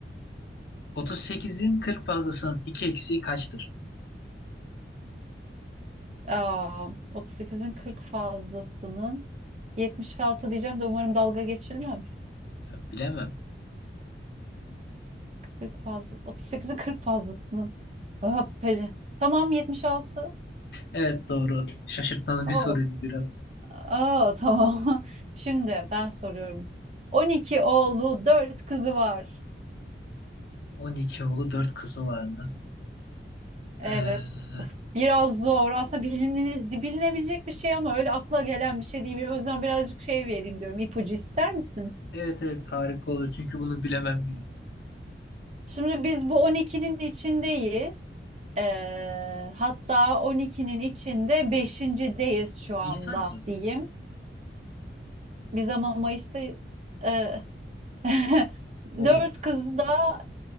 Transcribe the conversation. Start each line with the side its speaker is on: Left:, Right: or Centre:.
Left: 38'in 40 fazlasının 2 eksiği kaçtır?
Right: Aa, 38'in 40 fazlasının 76 diyeceğim de umarım dalga geçilmem.
Left: Ya bilemem.
Right: 40 fazla 38'in 40 fazlasının. Hoppeli. Tamam 76.
Left: Evet doğru. Şaşırtmalı
Right: Oo.
Left: bir soruydu biraz.
Right: Aa, tamam. <laughs> Şimdi ben soruyorum. 12 oğlu 4 kızı var.
Left: 12 oğlu 4 kızı var mı?
Right: Evet.
Left: Ee,
Right: Biraz zor. Aslında bilinine- bilinebilecek bir şey ama öyle akla gelen bir şey değil. O yüzden birazcık şey vereyim diyorum. İpucu ister misin?
Left: evet evet harika olur. Çünkü bunu bilemem. gibi.
Right: Şimdi biz bu on ikinin içindeyiz. Ee, hatta on ikinin içinde 5.deyiz şu anda
Left: Nisan mı?
Right: diyeyim. Biz ama Mayıs'tayız. Ee, <laughs>
Left: Oo.
Right: Dört kız da